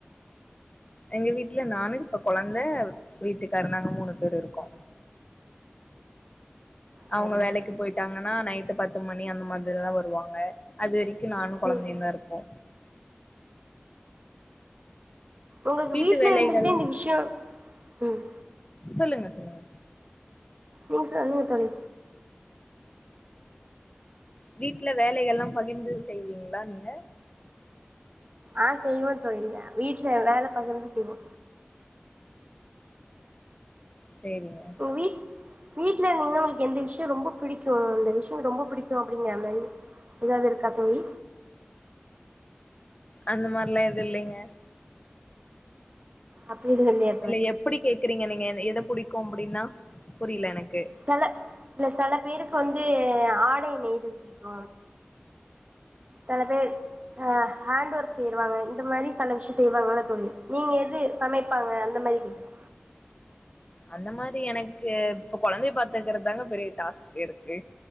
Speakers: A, on the left; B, on the right.
A: எங்க வீட்ல நானு இப்ப கொழந்த வீட்டுக்காரு நாங்க மூணு பேரு இருக்கோ அவுங்க
B: சரிங்க
A: வேலைக்கு
B: தோழி
A: போயிட்டாங்கன்னா நைட்டு பத்து மணி அந்த மாதிரிதா வருவாங்க அது வரைக் கு நானு கொழந்தயு
B: ம்
A: தா இருப்போ
B: உங்கக்கு
A: வீட்டு
B: வீட்ல
A: வேலைகள்
B: இருந்துகிட்டே இந்த விஷ்யோ ம்
A: சொல்லுங்க சொல்லுங்க
B: நீங் சொல்லுங்க தோழி
A: வீட்ல வேலைகள்லா பகிர்ந்து செய்வீங்களா நீங்க
B: ஆ செய்வோ தோழி ய வீட்ல வேல பகிர்ந்து செய்வோ
A: சேரிங்க
B: போ வீ வீட்ல இருந்தீங்கன்னா உங்ளுக்கு எந்த விஷ்யோ ரொம்ப புடிக்கு இந்த விஷ்யோ ரொம்ப புடிக்கு அப்டிங்கிற மாரி ஏதாது இருக்கா தோழி
A: அந்த மாரிலா எது இல்லைங்க
B: அப்டி இது நல்லயே
A: இல்ல எப்டி கேக்குறீங்க நீங்க எ எத புடிக்கு அப்டின்னா புரில எனக்கு
B: செல இல்ல செல பேருக்கு வந்து ஆடை நெய்தல் ப்டிக்கு செல பேரு ஹே ஹேண்ட் ஒர்க் சேர்வாங்க இந்த மாரி செல விஷ்யோ செய்வாங்கள்ள தோழி நீங்க எது சமைப்பாங்க அந்த மாரி கேக்குறே
A: அந்த மாதி எனக்கு இப்ப கொழந்தைய பாத்துக்கிற தாங்க பெரிய டாஸ்க் இருக்கு